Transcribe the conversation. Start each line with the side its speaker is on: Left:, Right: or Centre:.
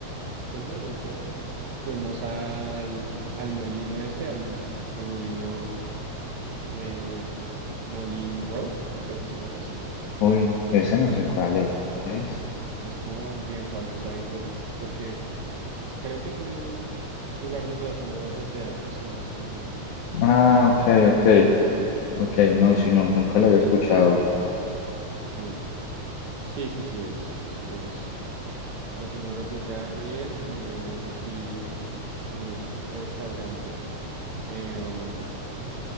Right: Es bonito. Fuimos al, al molino este, al, al molino eh, Moulin Rouge, creo que se llama así.
Left: Uy, ese no sé cuál es.
Right: Es como bien famoso ahí porque, porque creo que es un lugar donde hacen obras de teatro, si no estoy mal.
Left: Ah, ok, ok, ok, no, si no, nunca lo había escuchado.
Right: Sí, sí, sí, sí es. Sí es. Hacen horas de teatro y eso, y también es así un restaurante. Eh, um,